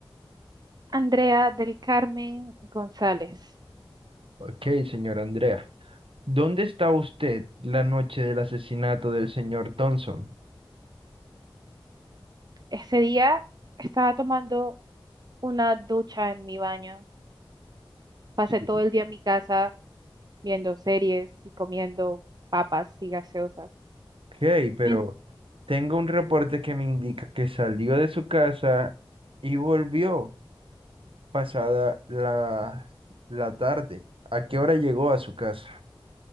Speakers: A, on the right; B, on the right.
A: Andrea del Carmen González.
B: Ok, señora Andrea. ¿Dónde está usted la noche del asesinato del señor Thompson?
A: Ese día estaba tomando una ducha en mi baño. Pasé
B: Sí.
A: todo el día en mi casa viendo series y comiendo papas y gaseosas.
B: Ok, pero
A: Me-
B: tengo un reporte que me indica que salió de su casa y volvió. pasada la, la tarde. ¿A qué hora llegó a su casa?